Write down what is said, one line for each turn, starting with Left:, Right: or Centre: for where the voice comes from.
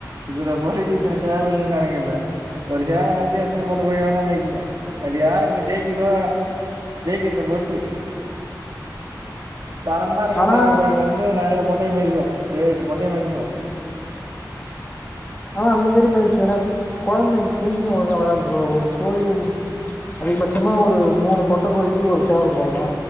Right: இதுல பொடிக்கி இத்தன சேவல்ன்னு கணக்கில்ல ஒரு சேவ வந் தே எத்தன பொட்ட கோழி வேணா மேய்க்கணு எது யாரப்போ ஜெயிக்கிதோ ஜெய்க்கிறத பொற் த்து தரமா இருக்குற
Left: ஆனா
Right: சேவ கோழி வந்து நறையா பொட்டைய மிதிக்கு ஏழ் எட்டு பொட்டைய மிதிக்கு
Left: ஆனா அந்த மாரி மிதுச்சுனப் கொழந்தைங் குஞ்சிங்க ஒழுங்கா வராது ப்ரோ ஒரு கோழிம் அதிகபச்சமா ஒரு மூணு பொட்ட கோழிக்கி ஒரு சேவல் போலா